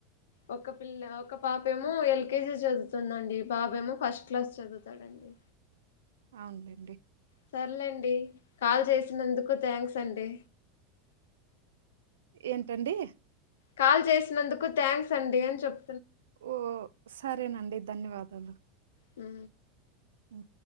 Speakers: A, on the left; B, on the right.
A: ఒక పిల్ల ఒక పాపేమో ఎల్కేజీ చదువుతుందండి బాబేమో ఫస్ట్ క్లాస్ చదువుతాడండి
B: అవునులేండి
A: సర్లేండి కాల్ చేసినందుకు థ్యాంక్స్ అండి
B: ఏంటండి
A: కాల్ చేసినందుకు థ్యాంక్స్ అండి అని చెప్
B: ఓ సరేనండి ధన్యవాదాలు
A: ఉం
B: హ్మ్.